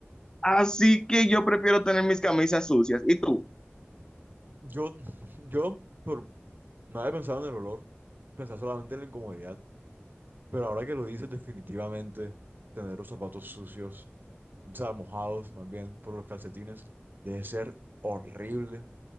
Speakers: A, on the left (about 15°); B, on the right (about 50°).
A: Así que yo prefiero tener mis camisas sucias. ¿Y tú?
B: Yo, <laughs> yo por, no había pensado en el olor, pensaba solamente en la incomodidad, pero ahora que lo dices, definitivamente tener los zapatos sucios, o sea, mojados más bien por los calcetines, debe ser horrible.